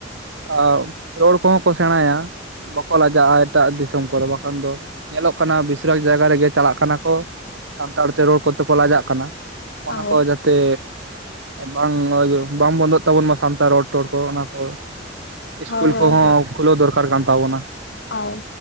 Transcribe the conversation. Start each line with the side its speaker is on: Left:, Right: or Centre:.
Right: ᱟᱻ ᱨᱚᱲ ᱠᱚᱦᱚᱸ ᱠᱚ ᱥᱮᱬᱟᱭᱟ ᱵᱟᱠᱚ ᱞᱟᱡᱟᱜᱼᱟ ᱾ ᱮᱴᱟᱜ ᱫᱤᱥᱚᱢ ᱠᱚᱨᱮ ᱵᱟᱠᱷᱟᱱ ᱫᱚ ᱧᱮᱞᱚᱜ ᱠᱟᱱᱟ ᱵᱤᱥᱤᱨᱟᱠ ᱡᱟᱭᱜᱟ ᱨᱮᱜᱮ ᱪᱟᱞᱟᱜ ᱠᱟᱱᱟ ᱠᱚ ᱾ ᱥᱟᱱᱛᱟᱲ ᱛᱮ ᱨᱚᱲ ᱠᱚᱛᱮ ᱠᱚ ᱞᱟᱡᱟᱜ ᱠᱟᱱᱟ ᱾
Left: ᱦᱳᱭ
Right: ᱚᱱᱟ ᱠᱚ ᱡᱟᱛᱮ ᱵᱟᱝ, ᱵᱟᱝ ᱵᱚᱱᱫᱚᱜ ᱾ ᱛᱟᱵᱚᱱ ᱢᱟ ᱥᱟᱱᱛᱟᱲ ᱨᱚᱲ ᱴᱚᱲ ᱠᱚ ᱚᱱᱟ ᱠᱚ ᱤᱥᱠᱩᱞ
Left: ᱦᱳᱭ ᱦᱳᱭ
Right: ᱠᱚᱦᱚᱸ ᱠᱷᱩᱞᱟᱹᱣ ᱫᱚᱨᱠᱟᱨ ᱠᱟᱱ ᱛᱟᱵᱚᱱᱟ ᱾
Left: ᱚᱻ